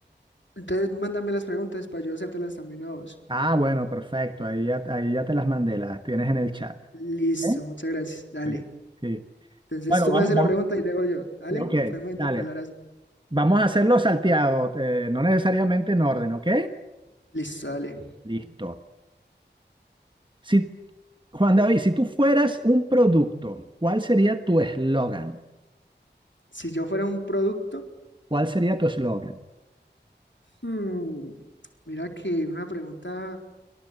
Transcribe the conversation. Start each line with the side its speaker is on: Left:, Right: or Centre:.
Left: Entonces, mándame las preguntas para yo hacértelas también a vos.
Right: Ah, bueno, perfecto. Ahí ya, ahí ya te las mandé, las tienes en el chat.
Left: Listo,
Right: ¿Eh?
Left: muchas gracias. Dale.
Right: Sí, sí.
Left: Entonces,
Right: Bueno,
Left: tú
Right: vamos,
Left: me haces
Right: vamos.
Left: la pregunta y luego yo. Dale,
Right: Ok,
Left: podemos intercalar
Right: dale.
Left: así.
Right: Vamos a hacerlo salteado, eh, no necesariamente en orden, ¿ok?
Left: Listo, dale.
Right: Listo. Si, Juan David, si tú fueras un producto, ¿cuál sería tu eslogan?
Left: Si yo fuera un producto,
Right: ¿Cuál sería tu eslogan?
Left: hmm, mira que una pregunta.